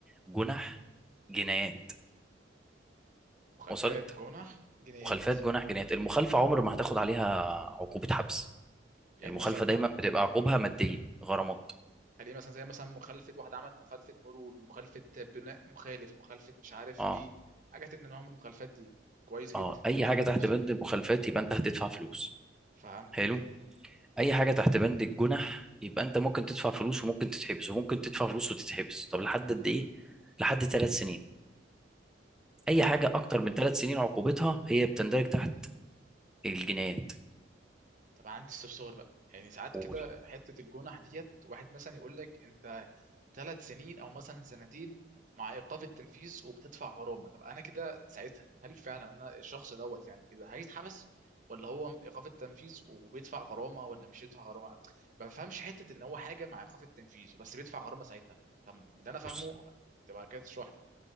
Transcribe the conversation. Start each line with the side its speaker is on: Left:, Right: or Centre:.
Centre: جنح جنايات
Right: مخالفات
Centre: وصلت
Right: جنح جنايات
Centre: مخالفات جناح جنايات المخالفة عمر ما هتاخد عليها عقوبة حبس
Right: يعني
Centre: المخالفة
Right: مثلا
Centre: دايما بتبقى عقوبها مادية غرامات
Right: خليه مثلا زي مثلا مخالفة واحد عمل مخالفة مرور مخالفة بناء مخالف مخالفة مش عارف
Centre: اه
Right: إيه حاجات من نوع من المخالفات دي كويس جدا
Centre: اه اي
Right: طيب
Centre: حاجة تحت
Right: ماشي
Centre: بند المخالفات يبقى انت هتدفع فلوس
Right: فهمتك
Centre: حلو اي حاجة تحت بند الجنح يبقى انت ممكن تدفع فلوس وممكن تتحبس وممكن تدفع فلوس وتتحبس طب لحد قد ايه لحد ثلاث سنين اي
Right: اللي
Centre: حاجة
Right: هو
Centre: اكتر من ثلاث سنين عقوبتها هي بتندرج تحت الجنايات
Right: طب عندي استفسار بقى يعني ساعات
Centre: قول
Right: كده حتة الجنح ديت واحد مثلا يقول لك انت ثلاث سنين او مثلا سنتين مع ايقاف التنفيذ وبتدفع غرامة طب انا كده ساعتها هل فعلا انا الشخص دوت يعني كده هيتحبس ولا هو ايقاف التنفيذ وبيدفع غرامة ولا مش يدفع غرامة ما بفهمش حتة ان هو حاجة مع ايقاف التنفيذ وبس بيدفع غرامة ساعتها طب اللي انا فاهمه
Centre: بص
Right: تبقى كده تشرح لي